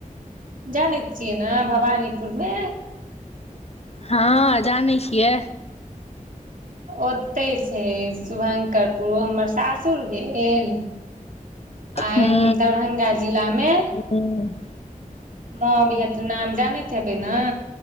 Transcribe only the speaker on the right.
जानैत छियै नऽ भवानीपुरमे
ओतहि छै शुभंकरपुर हमर सासुर भेल आ
दरभंगा जिलामे
मभहट नाम जानैत हेबै नऽ